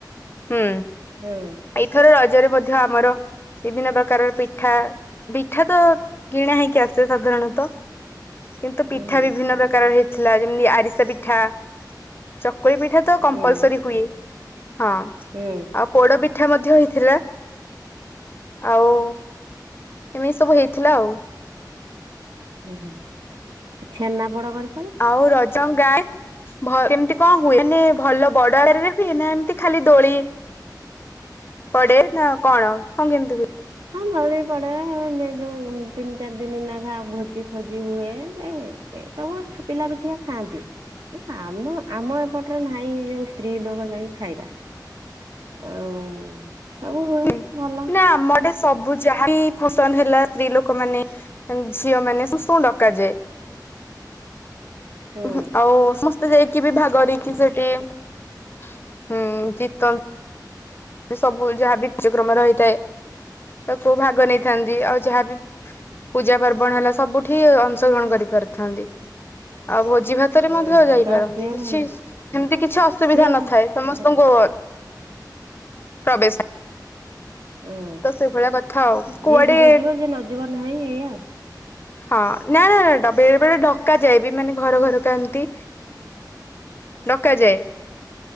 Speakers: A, on the left (about 30°); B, on the right (about 70°).
A: ହୁଁ
B: ହୁଁ
A: ଏଇଥର ରଜରେ ମଧ୍ୟ ଆମର ବିଭିନ୍ନ ପ୍ରକାରର ପିଠା। ପିଠା ତ କିଣା ହେଇକି ଆସେ ସାଧାରଣତଃ। କିନ୍ତୁ ପିଠା
B: ହୁଁ
A: ବିଭିନ୍ନ ପ୍ରକାରର ହେଇଥିଲା, ଯେମିତି ଆରିସା ପିଠା, ଚକ କକୁଳି ପିଠା ତ କମ୍ପଲସରି
B: ହୁଁ
A: ହୁଏ। ହଁ
B: ହୁଁ
A: ଆଉ ପୋଡ ପିଠା ମଧ୍ୟ ହେଇଥିଲା। ଆଉ ଏମିତି ସବୁ ହେଇଥିଲା ଆଉ।
B: ହୁଁ ହୁଁ ଆ ଛେନା ପୋଡ଼ କରିିକି
A: ଆଉ ରଜ ଗାଏ। ଭ ଏମତି କଣ ହୁଏ? ମାନେ ଭଲ ବଡରରେ ହୁଏ ନା ଏମିତି ଖାଲି ଦୋଳି ପଡେ, ନା କଣ କଣ କେମିତି ହୁଏ?
B: ହଁ, ନଳି ପଡେ-ଏ ଯୋଉ ତିନି ଚାରି ଦିନନାଖା ଭୋଜି ଫୋଜି ହୁଏ-ଏ। ଏ ସେ ସବୁ ପିଲା ପିଛିିକା ଖାଆନ୍ତି ନା ଆମ ଆମ ଏପ୍ ପଟରେ ନାହିଁ ଯୋଉ ସ୍ତ୍ରୀ ଲୋକ ଯାଇ ଖାଇବା, ଆଉ ସବୁ ହୁଏ
A: <inaudible>
B: ଭଲ
A: ନା ଆମ ଆଡେ ସବୁ ଯାହା ବି ଫଂକ୍ସନ ହେଲା ସ୍ତ୍ରୀ ଲୋକ ମାନେ ଝିଅ ମାନେ ସମସ୍ତଙ୍କୁ ଡକାଯାଏ।
B: ହୁଁ
A: ଉହୁଁ ଆଉ ସମସ୍ତେ ଯାଇକ୍ କିଏ ବି ଭାଗ ନେଇକି ସେଠି, ହୁଁ ଜିତନ୍ତ ସବୁ ଯାହା ବି ଆଯ୍ୟକ୍ରମ ରହିଥାଏ। ତ କୋଉ ଭାଗ ନେଇଥାନ୍ତି ଆଉ ଯାହାବି ପୂଜା ପାର୍ବଣ ହେଲା ସବୁଠି ଅଂଶଗ୍ରହଣ କରିପାରିଥାନ୍ତି, ଆଉ ଭୋଜ ଜି ଭାତରେ
B: ହୁଁ
A: ମଧ୍ୟ ଯାଇପାରନ୍ତି
B: ଯାଉ ସିଏ
A: କିଛି
B: ଭଲ
A: ସେମିତି କିଛି ଅସୁବିଧା
B: ସିଏ
A: ନଥାଏ
B: ଭ
A: ସମସ୍ତଙ୍କୁ ଅ ପ୍ରବେଶ।
B: ହୁଁ
A: ତ ସେଇଭଳିଆ କଥା ଆଉ, କୁଆଡେ
B: ଯିଏ ଯିବ ଯିବ ଯିଏ ନ ଯିବ ନାହିଁ ଏଇଆ ଆଉ
A: ହଁ ନା ନା ନା, ଡ ବେଳେବେଳେ ଡକା ଯାଏ, ବି ମାନେ ଘର ଘର ଥାନ୍ତି ଡକାଯାଏ।